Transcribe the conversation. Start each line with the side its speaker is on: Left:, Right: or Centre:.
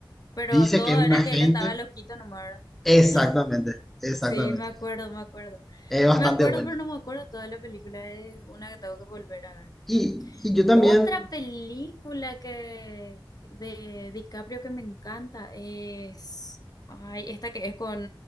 Left: pero
Centre: dice
Left: todo
Centre: que es
Left: era
Centre: un agente.
Left: que él estaba loquito nomás. ¿verdad?
Centre: Exactamente,
Left: <laughs>
Centre: exactamente.
Left: Sí, me acuerdo, me acuerdo.
Centre: Es bastante
Left: Me acuerdo,
Centre: bueno.
Left: pero no me acuerdo toda la película. Es una que tengo que volver a ver.
Centre: Y, y yo también,
Left: Otra película que de DiCaprio que me encanta es. Ay, esta que es con